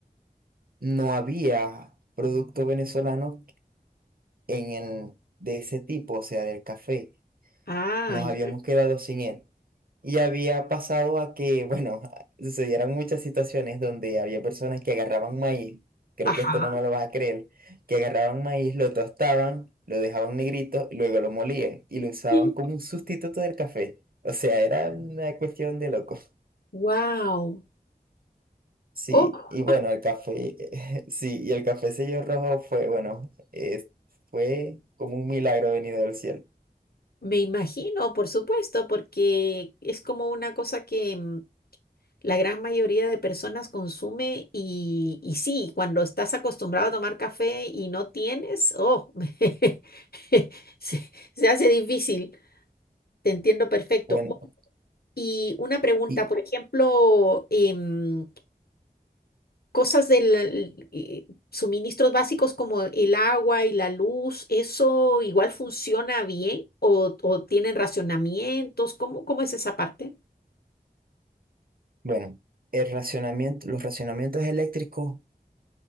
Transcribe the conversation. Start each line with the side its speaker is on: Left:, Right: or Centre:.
Right: no había producto venezolano en el, de ese tipo, o sea, del café.
Left: Ah,
Right: nos
Left: ya.
Right: habíamos quedado sin él. Y había pasado a que, bueno, <laughs> sucedieran muchas situaciones donde había personas que agarraban maíz, creo
Left: Ajá.
Right: que esto no me lo vas a creer, que agarraban maíz, lo tostaban, lo dejaban negrito, y luego lo molían y lo usaban
Left: <laughs>
Right: como un sustituto del café. O sea, era una cuestión de loco.
Left: wow.
Right: Sí,
Left: Oh,
Right: y bueno, el café, <laughs> sí, y el café sello rojo fue, bueno, eh, fue como un milagro venido del cielo.
Left: me imagino, por supuesto, porque es como una cosa que mm, la gran mayoría de personas consume y, y sí, cuando estás acostumbrado a tomar café y no tienes, oh, <laughs> se, se hace difícil. Te entiendo perfecto.
Right: Bueno,
Left: Y una pregunta,
Right: y,
Left: por ejemplo, em, cosas del eh, suministros básicos como el agua y la luz, ¿eso igual funciona bien o, o tienen racionamientos? ¿Cómo, cómo es esa parte?
Right: Bueno, el racionamiento, los racionamientos eléctricos